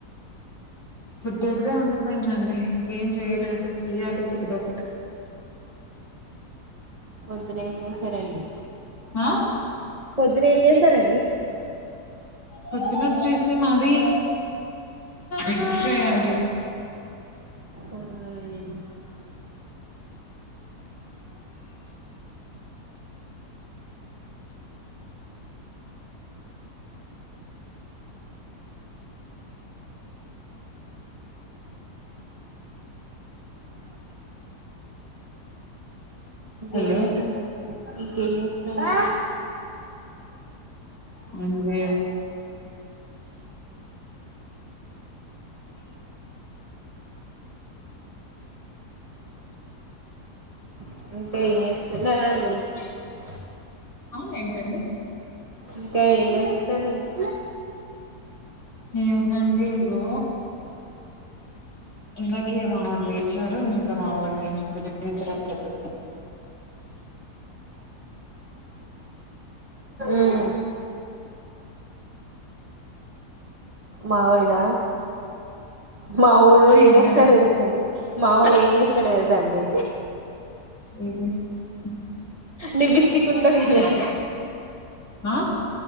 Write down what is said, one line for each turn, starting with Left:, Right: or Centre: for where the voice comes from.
Left: బుద్దుడుదే ఉండిపోయిందండి ఇంకేం చెయలే చెయాలి ఇదో ఒకటి
Right: పొద్దున ఏం చేశారండి
Left: హ్మ
Right: పొద్దున ఏం చేశారండి
Left: పోదున్న వచ్చేసి మాది ఎగ్ ఫ్రై అండి
Right: అవునండి.
Left: హలో!
Right: ఏం చేశావ్ ఇంకేం ఏం చేశావ్ ఆ
Left: ఏందే
Right: <unintelligible>
Left: అవునా ఏంటండి
Right: ఇంకా ఏం చేస్తున్నారండి
Left: ఏముందండి ఇగో ఇందాకే మా లేచాడు ఇంకా మా వాడిని బగించడంతుంది
Right: ఉమ్ మావడా మా వాడు
Left: ఆ
Right: ఏం
Left: ఏంటండి
Right: చేస్తాడు ఏం <unintelligible> మా వాోడు ఏం చేస్తాడో తెలుసా అండి
Left: ఏం చేస్తాడు
Right: లిబ్స్టిక్ ఉంటంది కథ
Left: ఆ